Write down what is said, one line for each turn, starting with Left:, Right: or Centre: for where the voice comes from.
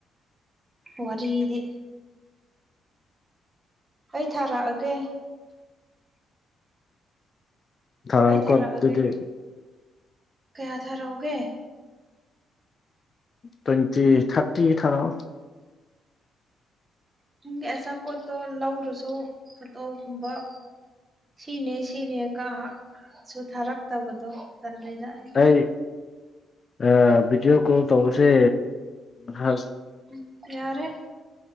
Right: ꯋꯥꯔꯤꯗꯤ ꯑꯩ ꯊꯥꯔꯛꯑꯒꯦ
Left: ꯊꯥꯔꯛꯑꯣꯀꯣ
Right: ꯑꯩ ꯊꯥꯔꯛꯑꯒꯦ
Left: ꯑꯗꯨꯗꯤ
Right: ꯀꯌꯥ ꯊꯥꯔꯛꯑꫭꯒꯦ
Left: ꯇ꯭ꯋꯦꯟꯇꯤꯊꯥ꯭ꯔꯇꯤ ꯊꯥꯔꯛꯑꯣ
Right: ꯅꯪꯒꯤ ꯑꯆꯥꯄꯣꯠꯇꯣ ꯂꯧꯔꯁꯨ ꯐꯣꯇꯣꯒꯨꯝꯕ ꯁꯤꯅꯦ ꯁꯤꯅꯦꯒꯍꯥꯛ ꯁꯨ ꯊꯥꯔꯛꯇꯕꯗꯣ ꯇꯜꯂꯦꯗ ꯑꯩ
Left: ꯑꯩ ꯑꯥ ꯕꯤꯗꯤꯑꯣ ꯀꯣꯜ ꯇꯧꯕꯁꯦ ꯍ
Right: ꯎꯝ ꯌꯥꯔꯦ